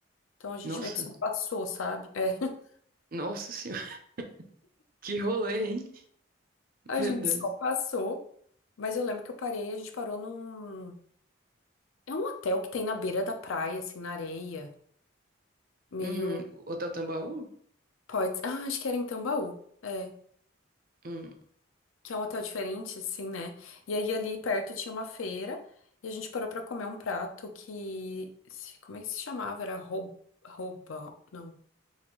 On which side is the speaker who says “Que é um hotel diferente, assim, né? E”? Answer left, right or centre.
Left